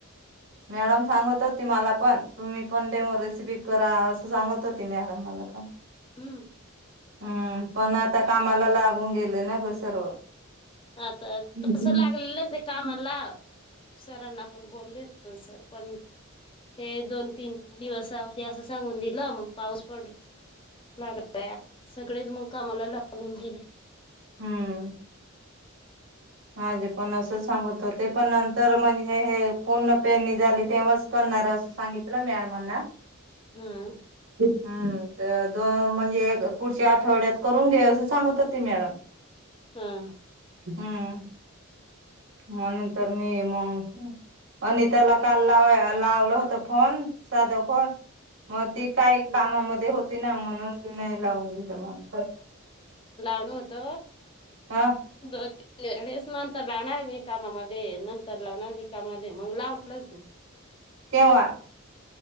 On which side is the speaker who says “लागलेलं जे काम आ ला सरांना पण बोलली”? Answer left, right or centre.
Left